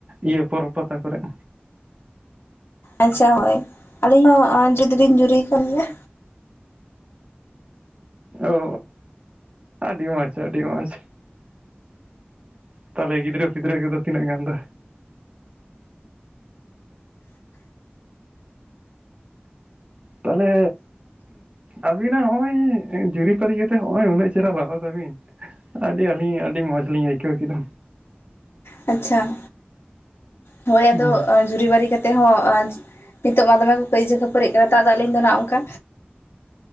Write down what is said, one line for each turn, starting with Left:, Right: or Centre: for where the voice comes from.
Right: ᱤᱭᱟᱹ ᱯᱚᱨᱚᱵᱽ ᱯᱟᱛᱟ ᱠᱚᱨᱮᱜ᱾
Left: ᱟᱪᱪᱷᱟ ᱦᱳᱭ ᱟᱹᱞᱤᱧ ᱦᱚᱸ ᱚᱸ ᱡᱚᱫᱤ ᱵᱤᱱ ᱡᱩᱨᱤ ᱠᱟᱹᱞᱤᱧᱟ᱾
Right: ᱚᱻ ᱟᱹᱰᱤ ᱢᱚᱸᱡᱽ ᱟᱹᱰᱤ ᱢᱚᱸᱡᱽ᱾ ᱛᱟᱦᱚᱞᱮ ᱜᱤᱫᱽᱨᱟᱹ ᱯᱤᱫᱽᱨᱟᱹ ᱠᱚᱫᱚ ᱛᱤᱱᱟᱹᱜ ᱜᱟᱱ ᱫᱚ? ᱛᱟᱦᱚᱞᱮ, ᱟᱹᱵᱤᱱᱟᱜ ᱦᱚᱸᱜᱼᱚᱭ ᱡᱩᱨᱤᱼᱯᱟᱹᱨᱤ ᱠᱟᱛᱮᱜ ᱦᱚᱸᱜᱼᱚᱭ ᱩᱱᱟᱹᱜ ᱪᱮᱨᱦᱟ ᱨᱟᱦᱟ ᱛᱟᱵᱤᱱ᱾ ᱟᱹᱰᱤ ᱟᱹᱞᱤᱧ ᱟᱹᱰᱤ ᱢᱚᱸᱡᱽ ᱞᱤᱧ ᱟᱹᱭᱠᱟᱹᱣ ᱠᱮᱫᱟ᱾
Left: ᱟᱪᱪᱷᱟ, ᱦᱳᱭ ᱟᱫᱚ
Right: ᱦᱩᱸ
Left: ᱡᱩᱨᱤ ᱵᱟᱹᱨᱤ ᱠᱟᱛᱮᱜ ᱦᱚᱸ ᱱᱤᱛᱚᱜ ᱢᱟ ᱫᱚᱢᱮ ᱠᱚ ᱠᱟᱹᱭᱡᱟᱹ ᱠᱷᱟᱹᱯᱟᱹᱨᱤ ᱠᱟᱱᱟ ᱱᱮᱛᱟᱨ ᱫᱚ ᱟᱹᱞᱤᱧ ᱫᱚ ᱱᱟᱦᱟᱸᱜ ᱚᱝᱠᱟ